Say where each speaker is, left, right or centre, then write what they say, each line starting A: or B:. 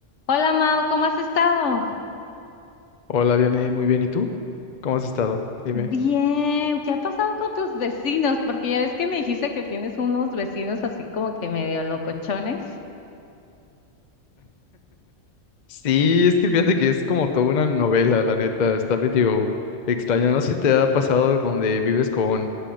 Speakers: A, on the left (about 75°); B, on the left (about 45°).
A: Hola Mao, ¿cómo has estado?
B: Hola, Vianey, muy bien. ¿Y tú? ¿Cómo has estado? Dime.
A: Bien, ¿qué ha pasado con tus vecinos? Porque ya ves que me dijiste que tienes unos vecinos así como que medio locochones.
B: Sí, es que fíjate que es como toda una novela, la neta, está medio extraño. No sé si te ha pasado donde vives con,